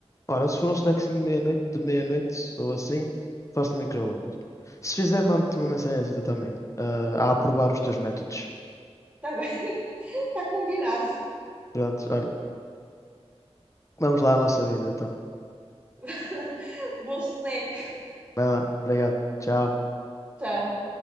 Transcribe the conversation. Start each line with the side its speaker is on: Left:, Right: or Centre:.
Left: Ora, se for um snackzinho de meia-noite, de meia-noite ou assim, faço no micro-ondas. Se fizer, mando-te uma mensagem também, ah, a aprovar os teus métodos.
Right: está bem, <laughs> está combinado.
Left: Pronto, olha, vamos lá à nossa vida, então.
Right: <laughs> Bom snack.
Left: Vai lá, obrigado, tchau.
Right: Tchau.